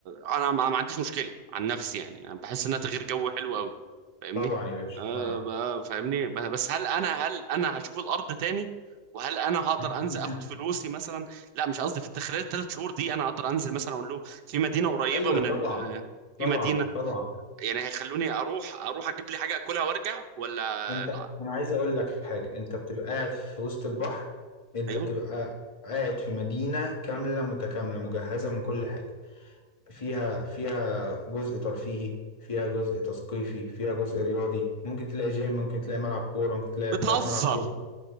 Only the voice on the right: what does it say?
انا ما ما عنديش مشكله عن نفسي يعني يعني بحس انها تغيير جو حلو قوي فاهمني
آه
ب... فاهمني ب... بس هل انا هل انا هشوف الارض تاني وهل انا هقدر
انزل اخد فلوسي مثلا لا مش قصدي في خلال الثلاث شهور دي انا هقدر انزل مثلا اقول لهم في مدينه قريبه
من
الم... آه في
مدينه
يعني هيخلوني اروح اروح اجيب لي حاجه اكلها وارجع ولا
لا.
ايوه
بتهزر